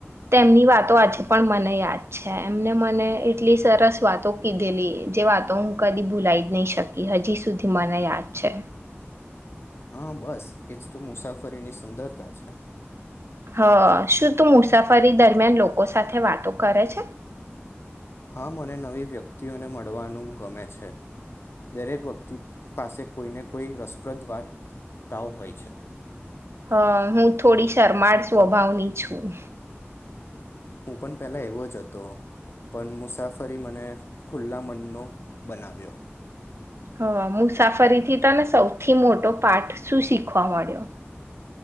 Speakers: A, on the right; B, on the left.
A: તેમની વાતો આજે પણ મને યાદ છે. એમને મને એટલી સરસ વાતો કીધેલી જે વાતો હું કદી ભૂલાઈ જ નહી શકી હજી સુધી. મને યાદ છે.
B: હા બસ એજ તો મુસાફરીની સુંદરતા છે.
A: હ શું તું મુસાફરી દરમિયાન લોકો સાથે વાતો કરે છે?
B: હા મને નવી વ્યક્તિઓને મળવાનું ગમે છે. દરેક વ્યક્તિ પાસે કોઈને કોઈ રસપ્રદ વાતાઓ હોય છે.
A: હ હું થોડી શર્માળ સ્વભાવની છું.
B: હું પણ પહેલાં એવો જ હતો. પણ મુસાફરી મને ખુલ્લા મનનો બનાવ્યો.
A: હ મુસાફરીથી, તને સૌથી મોટો પાઠ શું શીખવા મળ્યો?